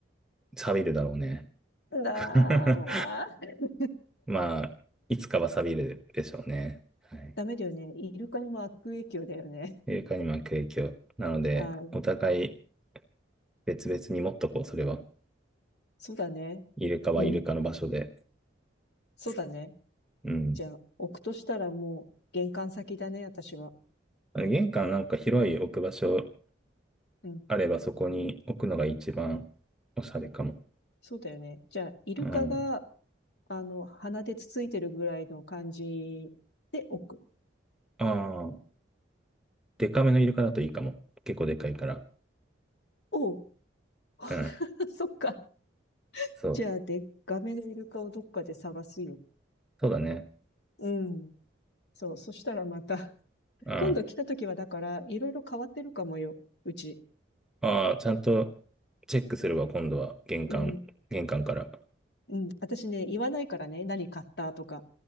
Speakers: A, in the centre; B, on the left (about 60°).
A: 錆びるだろうね。
B: だー、
A: <laughs> まあ、いつかは錆びるでしょうね。はい。
B: ダメだよね。イルカにも悪影響だよね。
A: イルカに巻く影響。なので、
B: あー、
A: お互い別々に持っとこう、それは。
B: そうだね。
A: イルカはイルカの場所で。
B: うん。そうだね。
A: うん。
B: じゃあ、置くとしたらもう玄関先だね、私は。
A: あの玄関なんか広い置く場所
B: うん。
A: あれば、そこに置くのが一番おしゃれかも。
B: そうだよね。じゃあ、イルカが、
A: うん。
B: あの、鼻でつついてるぐらいの感じで置く。
A: ああ、デカめのイルカだといいかも。結構でかいから。
B: おう、
A: うん。
B: <laughs> そっか。
A: そう。
B: じゃあ、でっかめのイルカをどっかで探すよ。
A: そうだね。
B: うん。そう、そしたらまた。
A: うん。
B: 今度来た時はだから、いろいろ変わってるかもよ、うち。
A: ああ、ちゃんとチェックするわ、今度は。玄関、
B: うん、
A: 玄関から。
B: うん。私ね、言わないからね、何買ったとか、